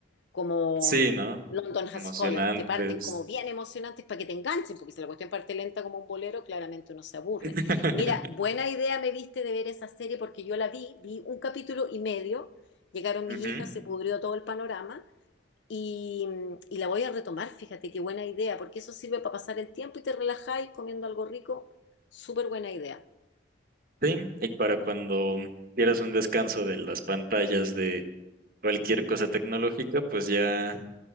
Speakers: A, on the left (about 65°); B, on the right (about 50°).
A: como
B: sí,
A: mm,
B: ¿no?
A: London
B: Emocionantes.
A: Has Fallen, que parten como bien emocionantes para que te enganchen, porque si la cuestión parte lenta como un bolero, claramente uno se aburre.
B: <laughs>
A: Mira, buena idea me viste de ver esa serie porque yo la vi, vi un capítulo y medio, llegaron mis
B: Ujú,
A: hijas, se pudrió todo el panorama. Y, mm, y la voy a retomar, fíjate qué buena idea, porque eso sirve para pasar el tiempo y te relajáis comiendo algo rico. Súper buena idea.
B: Sí, y para cuando quieras un descanso de las pantallas de cualquier cosa tecnológica, pues ya